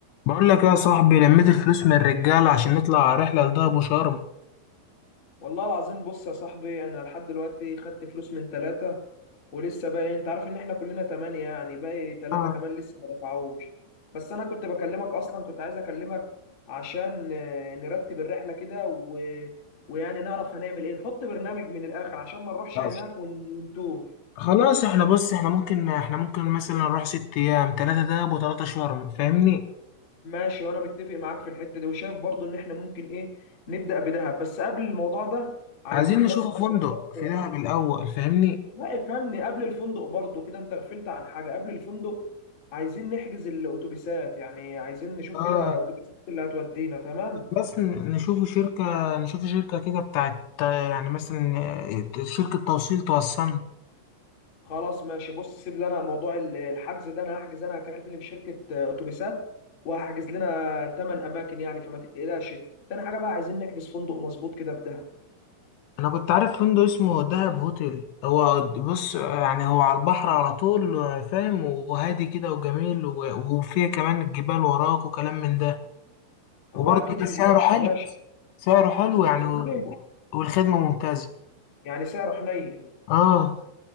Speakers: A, on the left; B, on the left.
A: بقول لك يا صاحبي لميت الفلوس من الرجاله عشان نطلع على رحله لدهب وشرم
B: والله العظيم بص يا صاحبي انا لحد دلوقتي خدت فلوس من ثلاثة ولسه باقي انت عارف ان احنا كلنا تمانية يعني باقي ثلاثة
A: آه.
B: كمان لسه ما دفعوش بس انا كنت بكلمك اصلا كنت عايز اكلمك عشان آه، نرتب الرحلة كده و... ويعني نعرف هنعمل ايه نحط برنامج من الاخر عشان ما نروحش
A: ماشي
B: هناك ون- ونتوه
A: خلاص احنا بص احنا ممكن احنا ممكن مثلا نروح ست ايام تلاتة دهب وتلاتة شرم فاهمني
B: ماشي وانا متفق معاك في الحتة دي وشايف برضو ان احنا ممكن ايه نبدأ بدهب بس قبل الموضوع ده عايزين
A: عايزين نشوف
B: بس
A: فندق
B: نحط
A: في دهب الاول فاهمني
B: لا افهمني قبل الفندق برضو كده انت غفلت عن حاجة قبل الفندق عايزين نحجز الاتوبيسات يعني عايزين نشوف
A: اه
B: كده اتوبيسات اللي هتودينا تمام
A: بس ن- نشوف شركة نشوف شركة كده بتاعت يعني مثلا شركة توصيل توصلنا
B: خلاص ماشي بص سيب لنا موضوع ال- الحجز ده انا هحجز انا هكلم شركة اتوبيسات وهحجز لنا 8 اماكن يعني فما تقلقش تاني حاجة بقى عايزين نحجز فندق مظبوط كده في دهب
A: انا كنت عارف فندق اسمه دهب هوتيل هو بص يعني هو على البحر على طول فاهم وهادي كده وجميل و- وفيه كمان الجبال وراك وكلام من ده وبرضه
B: هو اكيد في
A: سعره
B: الماء مش
A: حلو
B: ماشي
A: سعره حلو
B: سعره
A: يعني و-
B: حنين
A: والخدمة ممتازة
B: يعني سعره حنين
A: اه